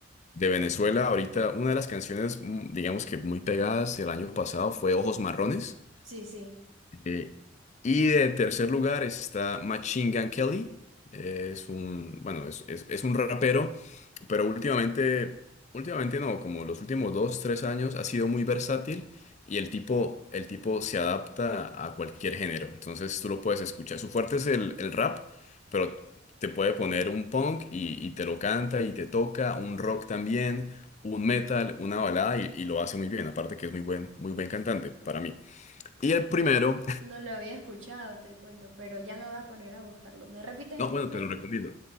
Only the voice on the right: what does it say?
Sí, sí.
No lo había escuchado, te cuento, pero ya me voy a poner a buscarlo. ¿Me repites
el
nombre?